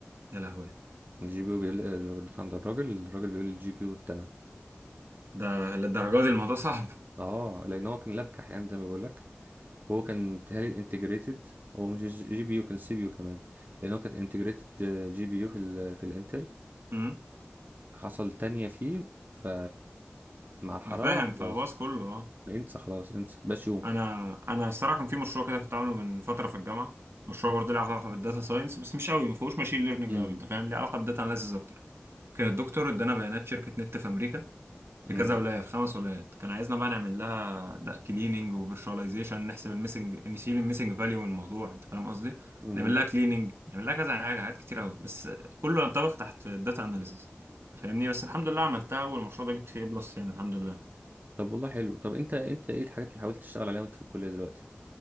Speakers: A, on the right; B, on the right.
A: يا لهوي
B: الجي بي يو بيقول وديت عند الراجل الراجل بيقول الجي بي يو اتنى
A: ده للدرجة دي الموضوع صعب
B: اه لان هو كان لاب كحيان زي ما بقول لك وهو كان تهيألي انتجريتد هو مش جي بي يو كان سي بي يو كمان لان هو كان انتجريتد جي بي يو في ال في الانتل
A: امم
B: فحصل تانية فيه ف مع الحرارة
A: انا فاهم
B: خلاص
A: فباص كله اه
B: انسى خلاص انسى بشو
A: انا انا الصراحه كان في مشروع كده كنت عامله من فتره في الجامعه مشروع برضه له علاقه بالداتا ساينس بس مش قوي ما فيهوش ماشين ليرنينج
B: امم
A: قوي انت فاهم ليه علاقه بالداتا اناليسيس اكتر كان الدكتور ادانا بيانات شركه نت في امريكا في
B: امم
A: كذا ولايه في خمس ولايات كان عايزنا بقى نعمل لها كليننج وفيرشواليزيشن نحسب الميسنج نشيل الميسنج فاليو من الموضوع انت فاهم قصدي
B: امم
A: نعمل لها كليننج نعمل لها كذا حاجه حاجات كتير قوي بس كله ينطبق تحت الداتا اناليسيس فاهمني بس الحمد لله عملتها والمشروع ده جبت فيه بلس يعني الحمد لله
B: طب والله حلو طب انت انت ايه الحاجات اللي حاولت تشتغل عليها وانت في الكلية دلوقتي